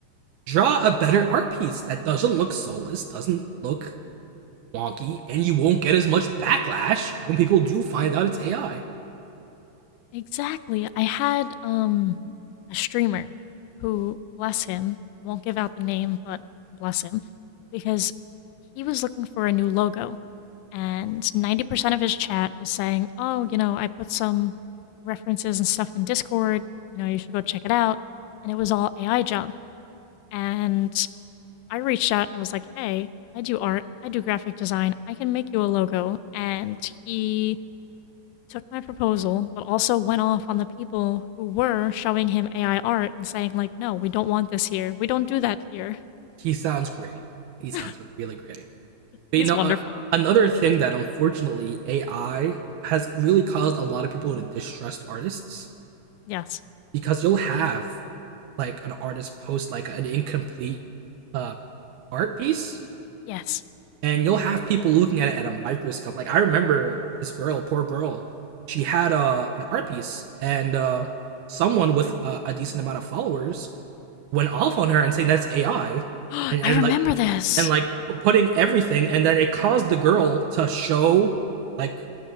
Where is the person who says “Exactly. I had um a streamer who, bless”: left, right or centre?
Left